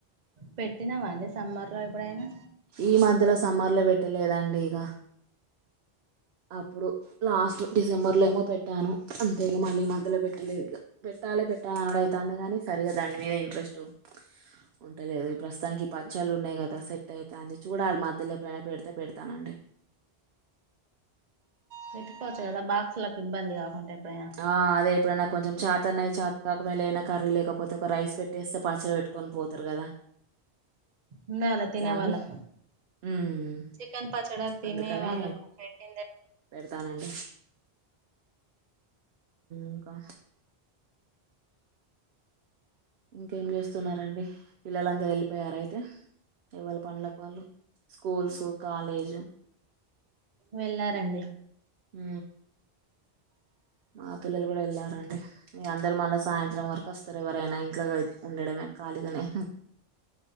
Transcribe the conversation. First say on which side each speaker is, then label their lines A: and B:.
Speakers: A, on the right (about 45°); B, on the right (about 80°).
A: పెట్టినవా అండి సమ్మర్ లో ఎప్పుడైనా
B: ఈ మధ్యలో సమ్మర్లో పెట్టలేదండి ఇగ అప్పుడు లాస్ట్ డిసెంబర్లో ఏమో పెట్టాను అంతేగా ఇగ మళ్ళీ మధ్యలో పెట్టలేదు ఇగా. పెట్టాలి పెట్టాలనడు అయితందే గాని దాని మీద ఇంట్రెస్టు ఉంటాలేదు ఈ ప్రస్తుతానికి పచ్చలు ఉన్నాయి కదా సెట్ అయితంది చూడాలి మధ్యలో ఎప్పుడైనా పెడత్ అంతే పెడతానండి
A: పెట్టుకోవచ్చు కదా బాక్స్లకు ఇబ్బంది కాకుండా ఎప్పుడైనా.
B: ఆ అదే ఎప్పుడన్నా కొంచెం చేతనై చేతకాకపోయినా కర్రీ లేకపోతే ఒక రైస్ పెట్టేస్తే పచ్చలు పెట్టుకొని పోతారు కదా.
A: ఉండాలా
B: అట్లా
A: తినే
B: అని
A: వాళ్ళకు
B: ఉమ్
A: చికెన్ ప పచ్చడా తినే
B: అందుకనే
A: వాళ్ళకు పెటిందే
B: పెడతానండి ఇంకా ఇంకేం చేస్తున్నారండి పిల్లలందరు వెళ్ళిపోయారా అయితే ఎవళ్ళ పనులకు వాళ్ళు స్కూల్సు కాలేజు
A: వెళ్ళారండి
B: ఉ మా పిల్లలు కూడా వెళ్ళారండి, ఇగా అందరు మళ్ళా సాయంత్రం వరకు వస్తారు ఎవరైనా ఇన్ ఇట్లాగా ఉండడమే ఖాళిగానే